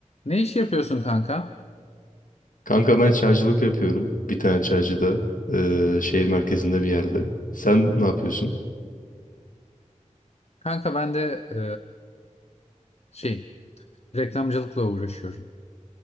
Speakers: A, on the left; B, on the left.
A: Ne iş yapıyorsun kanka?
B: Kanka ben çaycılık yapıyorum. Bir tane çaycıda. eee, şehir merkezinde bir yerde. Sen ne yapıyorsun?
A: Kanka ben de e, şey reklamcılıkla uğraşıyorum.